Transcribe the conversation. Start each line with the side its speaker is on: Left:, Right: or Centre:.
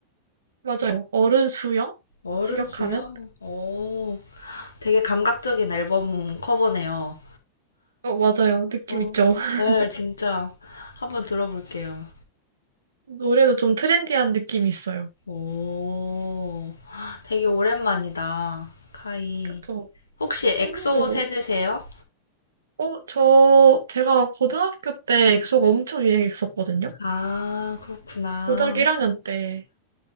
Right: 맞아요. 어른 수영?
Left: 어른
Right: 직역하면?
Left: 수영? 오, 되게 감각적인 앨범 커버네요.
Right: 어, 맞아요. 느낌
Left: 어,
Right: 있죠? <laughs>
Left: 네, 진짜. 한번 들어볼게요.
Right: 노래도 좀 트렌디한 느낌이 있어요.
Left: 오, 되게 오랜만이다. 카이.
Right: 그쵸?
Left: 혹시
Right: 솔로로.
Left: 엑소 세대세요?
Right: 어, 저, 제가 고등학교 때 엑소가 엄청 유행했었거든요.
Left: 아, 그렇구나.
Right: 고등학교 1학년 때.